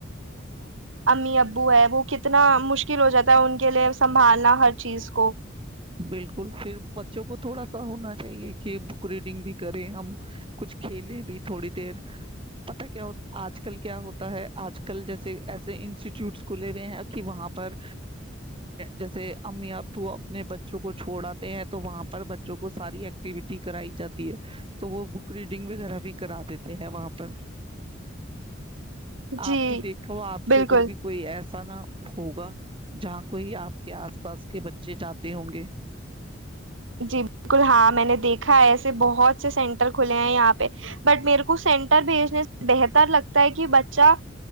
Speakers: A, on the right; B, on the right.
A: امی ابو ہیں و کتنے اتنا مشکل ہو جاتا ہے ان کے لیے سنبھالنا ہر چیز کو
B: بک پھر بچوں کو تھوڑا سا ہونا چاہیے کہ بک ریڈنگ بھی کریں ہم کچھ کھیلے بھی تھوڑی دیر پتا کیا آج کل کیا ہوتا ہے آج کل جیسے ایسے انسٹیٹیوٹس کھلے ہوئے ہیں کہ وہاں پر جیسے امی ابو اپنے بچوں کو چھوڑاتتے ہیں تو وہاں پر بچوں کو ساری ایکٹیویٹی کرائی جاتی ہے تو وہ بک ریڈنگ وغیرہ بھی کرا دیتے ہیں وہاں پر
A: جی
B: آپ بھی دیکھو آپ کے
A: بالکل
B: ادھر بھی کوئی ایسا نہ ہوگا جہاں کوئی آپ کے آس پاس کے بچے جاتے ہوں گے
A: جی بالکل ہاں میں نے دیکھا ہے ایسے بہت سے سینٹر کھلے ہیں یہاں پہ پ بٹ میرے کو سینٹر بھیجنے سے بہتر لگتا ہے کہ بچہ